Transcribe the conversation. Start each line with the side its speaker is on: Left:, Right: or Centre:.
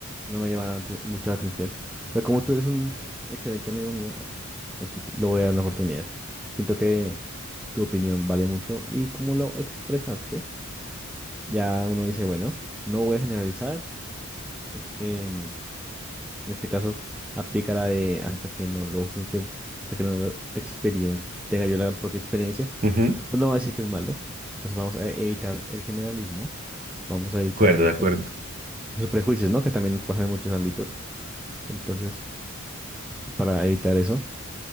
Centre: No me llama ante- mucho la atención. Pero como tú eres un excelente amigo mío, así lo voy a dar una oportunidad. Siento que tu opinión vale mucho y como lo expresaste, ya uno dice, bueno, no voy a generalizar. Es, em, en este caso, aplica la de hasta que no lo juzgue, hasta que no lo experiencie, tenga yo la propia experiencia,
Right: Ujú, De
Centre: pues no va a decir que es malo. Entonces vamos a evitar el generalismo, vamos a evitar
Right: acuerdo,
Centre: ahí
Right: de acuerdo.
Centre: sus prejuicios, ¿no? Que también nos pasa en muchos ámbitos. Entonces, para evitar eso,